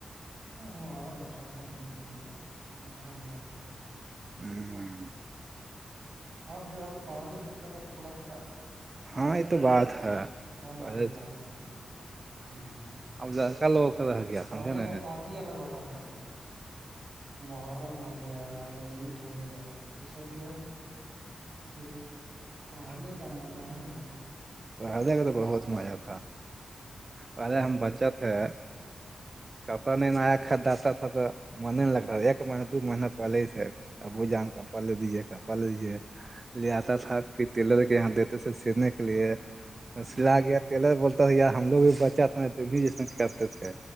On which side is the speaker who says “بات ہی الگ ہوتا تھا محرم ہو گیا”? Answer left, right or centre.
Right